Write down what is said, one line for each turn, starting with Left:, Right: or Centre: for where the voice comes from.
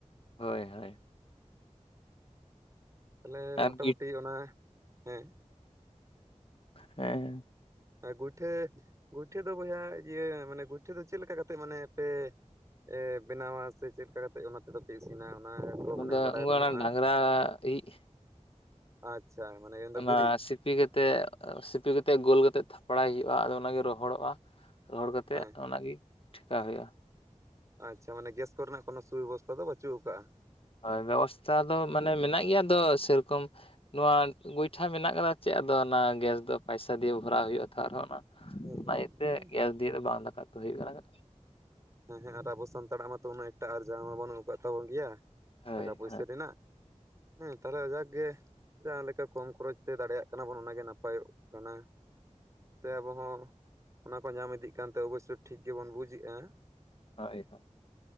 Left: ᱦᱳᱭ ᱦᱳᱭ᱾
Right: ᱛᱟᱦᱚᱞᱮ
Left: ᱟᱨ
Right: ᱢᱚᱴᱟᱢᱩᱴᱤ
Left: ᱜᱩᱭ
Right: ᱚᱱᱟ ᱦᱮᱸ
Left: ᱦᱮᱸ
Right: ᱟᱨ ᱜᱩᱭᱴᱷᱟᱹ ᱜᱩᱭᱴᱷᱟᱹ ᱫᱚ ᱵᱚᱭᱦᱟ ᱤᱭᱟᱹ ᱢᱟᱱᱮ ᱜᱩᱭᱴᱷᱟᱹ ᱫᱚ ᱪᱮᱫ ᱞᱮᱠᱟ ᱠᱟᱛᱮᱫ ᱢᱟᱱᱮ ᱯᱮ ᱮ ᱵᱮᱱᱟᱣᱟ ᱥᱮ ᱪᱮᱫ ᱞᱮᱠᱟ ᱠᱟᱛᱮ ᱚᱱᱟ ᱫᱚᱯᱮ ᱤᱥᱤᱱᱟ ᱚᱱᱟ ᱠᱚ
Left: ᱚᱱᱟ
Right: ᱢᱟᱱᱮ
Left: ᱫᱚ
Right: ᱵᱟᱰᱟᱭ
Left: ᱩᱱᱠᱩ
Right: ᱵᱟᱹᱱᱩᱜᱼᱟ,
Left: ᱚᱱᱟ ᱰᱟᱝᱨᱟ ᱤᱡ
Right: ᱟᱪᱪᱷᱟ ᱢᱟᱱᱮ ᱢᱮᱱᱫᱚ
Left: ᱚᱱᱟ
Right: ᱜᱩᱨᱤᱡ᱾
Left: ᱥᱤᱯᱤ ᱠᱟᱛᱮ ᱥᱤᱯᱤ ᱠᱟᱛᱮ ᱜᱳᱞ ᱠᱟᱛᱮᱜ ᱛᱷᱟᱯᱲᱟᱭ ᱦᱩᱭᱩᱜᱼᱟ ᱟᱫᱚ ᱚᱱᱟᱜᱮ ᱨᱚᱦᱚᱲᱚᱜᱼᱟ᱾ ᱨᱚᱦᱚᱲ ᱠᱟᱛᱮᱫ
Right: ᱦᱮᱸ
Left: ᱚᱱᱟ ᱜᱮ ᱴᱷᱮᱠᱟ ᱦᱩᱭᱩᱜᱼᱟ᱾
Right: ᱟᱪᱪᱷᱟ ᱢᱟᱱᱮ ᱜᱮᱥ ᱠᱚᱨᱮᱱᱟᱜ ᱠᱚᱱᱳ ᱥᱩᱵᱮᱵᱚᱥᱛᱷᱟ ᱫᱚ ᱵᱟᱹᱪᱩᱜ ᱟᱠᱟᱟᱜᱼᱟ
Left: ᱦᱳᱭ ᱵᱮᱵᱚᱥᱛᱷᱟ ᱫᱚ ᱢᱟᱱᱮ ᱢᱮᱱᱟᱜ ᱜᱮᱭᱟ ᱟᱫᱚ ᱥᱮᱨᱚᱠᱚᱢ ᱱᱚᱣᱟ ᱜᱚᱭᱴᱷᱟ ᱢᱮᱱᱟᱜ ᱟᱠᱟᱫᱟ ᱪᱮᱫ ᱟᱫᱚ ᱚᱱᱟ ᱜᱮᱥ ᱫᱚ ᱯᱟᱭᱥᱟ ᱫᱤᱭᱮ ᱵᱷᱚᱨᱟᱣ ᱦᱩᱭᱩᱜᱼᱟ ᱛᱚ ᱟᱨᱦᱚᱸ ᱚᱱᱟ
Right: ᱦᱮᱸ
Left: ᱵᱟᱭᱛᱮ ᱜᱮᱥ ᱫᱤᱭᱮ ᱫᱚ ᱵᱟᱝ ᱫᱟᱠᱟ ᱩᱛᱩ ᱦᱩᱭᱩᱜ ᱠᱟᱱᱟ᱾
Right: ᱦᱮᱸ ᱦᱮᱸ ᱟᱨ ᱟᱵᱚ ᱥᱟᱱᱛᱟᱲᱟᱜ ᱢᱟᱛᱚ ᱩᱱᱟᱹᱜ ᱮᱠᱴᱟ ᱟᱨᱡᱟ ᱢᱟ ᱵᱟᱹᱱᱩᱜ ᱟᱠᱟᱫ ᱛᱟᱵᱚᱱ ᱜᱮᱭᱟ
Left: ᱦᱳᱭ
Right: ᱴᱟᱠᱟ ᱯᱩᱭᱥᱟᱹ
Left: ᱦᱳᱭ
Right: ᱨᱮᱱᱟᱜ ᱦᱮᱸ ᱛᱟᱞᱮ ᱡᱟᱠ ᱜᱮ ᱡᱟᱦᱟᱸ ᱞᱮᱠᱟ ᱠᱚᱢ ᱠᱷᱚᱨᱚᱪ ᱛᱮ ᱫᱟᱲᱮᱭᱟᱜ ᱠᱟᱱᱟ ᱵᱚᱱ ᱚᱱᱟ ᱜᱮ ᱱᱟᱯᱟᱭ ᱚᱜ ᱠᱟᱱᱟ ᱛᱮ ᱟᱵᱚᱦᱚᱸ ᱚᱱᱟ ᱠᱚ ᱧᱟᱢ ᱤᱫᱤᱜ ᱠᱟᱱᱛᱮ ᱚᱵᱚᱥᱥᱭᱚ ᱴᱷᱤᱠ ᱜᱮᱵᱚᱱ ᱵᱩᱡ ᱮ-ᱟ
Left: ᱦᱳᱭ ᱦᱳ